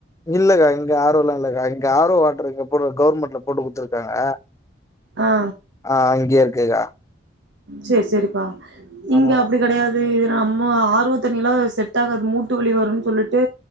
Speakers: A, on the left; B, on the right.
A: இல்லக்கா இங்க ஆர் ஓ லாம் இல்லக்கா இங்க ஆர்வோ வாட்டறக்குற கவுவர்மெண்ட்ல போட்டு கொத்துருக்காங்க
B: ஆ
A: ஆ இங்கேய இருக்குக்கா
B: சரி சரிப்பா இங்க
A: ஆமா
B: அப்படி கடையாது நம்ம ஆர் ஓ தண்ணியல்லாம் செட் ஆகாது மூட்டு வழி வரும்னு சொல்லிட்டு